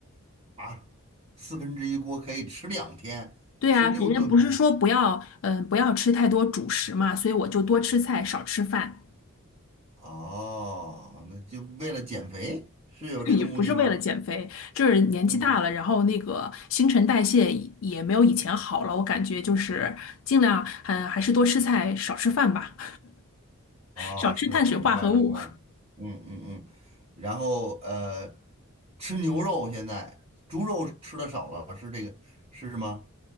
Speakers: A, on the right (about 25°); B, on the left (about 60°).
A: 啊，四分之一锅可以吃两天，
B: 对啊，
A: 吃六顿饭。
B: 人家不是说不要嗯、呃不要吃太多主食嘛，所以我就多吃菜少吃饭，
A: 哦，那就为了减肥，是有这个目的吗？
B: <laughs> 也不是为了减肥，就是年纪大了，
A: 嗯，
B: 然后那个新陈代谢也没有以前好了。我感觉就是尽量嗯、呃还是多吃菜少吃饭吧。
A: 哦，
B: 少吃碳水化合物。
A: 是，明白明白。嗯嗯嗯，然后呃，吃牛肉现在猪肉吃的少了，是这个是吗？